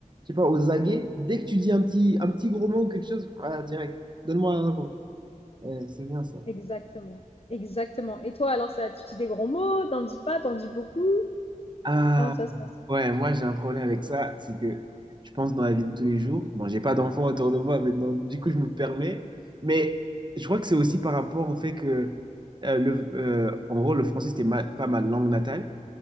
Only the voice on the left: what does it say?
exactement. Exactement. Et toi, alors, ça, tu dis des gros mots, t'en dis pas, t'en dis beaucoup.
Comment ça se passe?